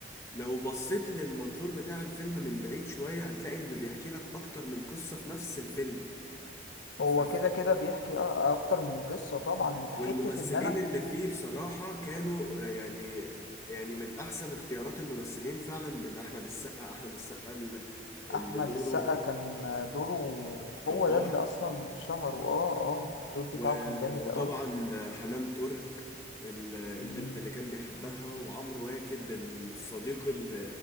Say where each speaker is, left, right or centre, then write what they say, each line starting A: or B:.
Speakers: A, on the left; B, on the left.
A: لو بصيت للمنظور بتاع الفيلم من بعيد شوية هتلاقي إنه بيحكي لك أكتر من قصة في نفس الفيلم
B: هو
A: ف-
B: كده كده بيحكي أ- أكتر من قصة طبعا أنت
A: والممثلين
B: حتة إن أنا
A: اللي فيه بصراحة كانوا آه، يعني يعني من أحسن اختيارات الممثلين فعلا من أحمد السقا أحمد السقا اللي اللي
B: أحمد
A: دوره
B: السقا كان آه، دوره
A: جبار
B: هو ده اللي أصلا شهره أه أه الدور بتاعه
A: و-
B: كان جامد
A: وطبعا
B: أوي
A: حنان ترك ال- البنت
B: مم.
A: اللي كان بيحبها وعمرو واكد الصديق ال